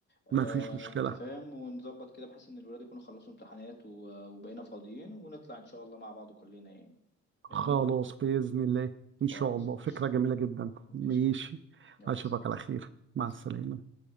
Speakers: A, on the left (about 35°); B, on the right (about 40°).
A: آه،
B: مفيش مشكلة
A: انت فاهم ونظبط كده بحيث ان الولاد يكونوا خلصوا امتحانات و- وبقينا فاضيين ونطلع ان شاء الله مع بعض كلنا يعني
B: خلاص
A: فاهمني
B: بإذن الله إن
A: خلاص
B: شاء الله
A: ماشي
B: فكرة جميلة جدا
A: ماشي
B: ماشي
A: يا حبيبي يلا
B: أشوفك
A: سلام
B: على خير مع
A: سلام.
B: السلامة